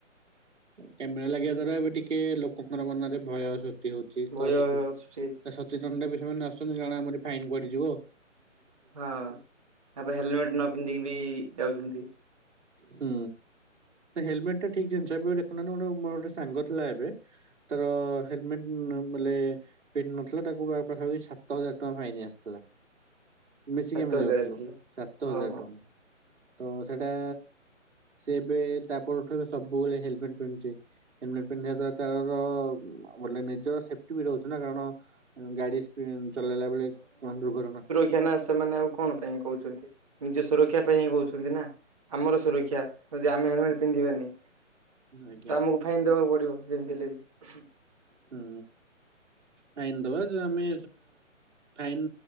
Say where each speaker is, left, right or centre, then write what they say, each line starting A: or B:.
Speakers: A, on the right (about 65°); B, on the right (about 25°).
A: କ୍ୟାମେରା ଲାଗିବା ଦ୍ଵାରା ଏବେ ଟିକେ ଲୋକଙ୍କ ମନରେ ଭୟ ସୃଷ୍ଟି ଠିକ୍
B: ଭୟ
A: ତ ସଚେ-ସଚେତନତା
B: ଆସୁଛି
A: ବି ସେମାନେ ଆସୁଛନ୍ତି କାରଣ ଆମର ଫାଇନ୍ ପଡିଯିବ।
B: ହଁ ତାପରେ ହେଲମେଟ ନ ପିନ୍ଧିକି ବି ଯାଉଛନ୍ତି।
A: ହୁଁ ହେଲମେଟ ଟା ଠିକ ଜିନିଷ ଏବେ ଦେଖୁନାନ୍ତି ଗୋଟେ ମୋର ଗୋଟେ ସାଙ୍ଗ ଥିଲା ଏବେ ତାର ହେଲମେଟ ବଲେ ପିନ୍ଧି ନଥିଲା ତାକୁ ପାଖାପାଖି ସାତ ହଜାର ଟଙ୍କା ଫାଇନ୍ ଆସିଥିଲା। ମିଶିକି
B: ସାତ
A: ଆମେ
B: ହଜାର
A: ଯାଉଥୁଲୁ
B: ଆସିଲା।
A: ସାତ ହଜାର
B: ଓହୋ
A: ଟଙ୍କା ତ ସେଇଟା ସେ ଏବେ ତାପରଠୁ ସବୁବେଳେ ହେଲମେଟ ପିନ୍ଧୁଛି। ହେଲମେଟ ପିନ୍ଧିବା ଦ୍ଵାରା ତାର ବ ନିଜର ସେଫ୍ଟି ବି ରହୁଛି ନା କାରଣ ଗାଡି ଚଲେଇଲା ବେଳେ କଣ ଦୁର୍ଘଟଣା
B: କ୍ୟା ନା ସେମାନେ ଆଉ କଣ ପାଇଁ କୋହୁଚନ୍ତି? ନିଜ ସୁରକ୍ଷା ପାଇଁ ହିଁ କୋହୁଚନ୍ତି ନା ଆମର ସୁରକ୍ଷା ଯଦି ଆମେ ହେଲମେଟ ପିନ୍ଧିବାନି
A: ଆଜ୍ଞା
B: ତ ଆମକୁ ଫାଇନ ଦେବାକୁ ପଡିବ ଯେମିତିଲେ ବି।
A: ହୁଁ। ଫାଇନ୍ ଦବା ଯ ଆମେ ଫାଇନ୍